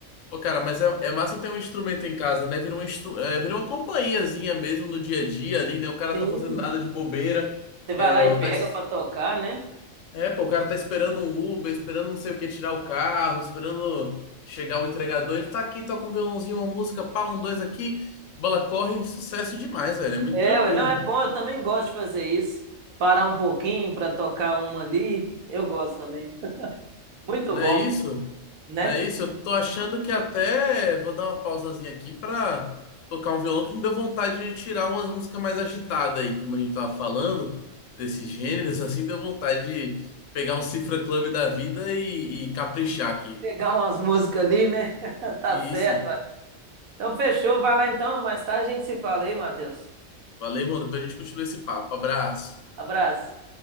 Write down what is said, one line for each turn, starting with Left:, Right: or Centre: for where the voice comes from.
Left: Pô, cara, mas é, é massa ter um instrumento em casa, né? Vira um instru... é, vira uma companhiazinha mesmo no dia a dia ali, né? O cara
Right: Sim.
Left: tá fazendo nada de bobeira,
Right: Você vai
Left: é,
Right: lá e
Left: ou
Right: pega
Left: tá es-
Right: pra tocar, né?
Left: É, pô, o cara tá esperando um Uber, esperando não sei o que tirar o carro, esperando chegar o entregador. Ele tá aqui, toca um violãozinho, uma música, pá, um, dois aqui, bola corre, sucesso demais, velho. É muito
Right: É,
Left: tranquilo.
Right: ué, não, é bom, eu também gosto de fazer isso. Parar um pouquinho pra tocar uma ali, eu gosto também. Muito
Left: Não
Right: bom,
Left: é isso?
Right: né?
Left: Não é isso? Eu tô achando que até vou dar uma pausazinha aqui pra tocar um violão que me deu vontade de tirar umas músicas mais agitadas aí, como a gente tava falando, desses gêneros, assim, deu vontade de pegar um Cifra Club da vida e, e caprichar aqui.
Right: Pegar umas músicas ali, né? <laughs> Tá
Left: E
Right: certo,
Left: isso.
Right: ué. Então fechou, vai lá então, mais tarde a gente se fala aí, Matheus.
Left: Valeu, mano. Depois a gente continua esse papo. Abraço.
Right: Abraço.